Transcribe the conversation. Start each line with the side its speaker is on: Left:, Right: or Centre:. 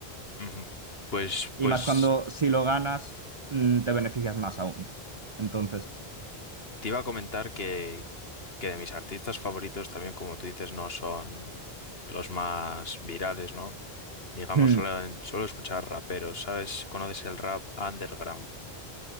Left: Ujú. Pues,
Right: Y
Left: pues.
Right: más cuando si lo ganas, mm, te beneficias más aún. Entonces,
Left: Te iba a comentar que, que de mis artistas favoritos también, como tú dices, no son los más virales, ¿no? Digamos,
Right: hmm,
Left: suelo, suelo escuchar raperos, ¿sabes? ¿Conoces el rap underground?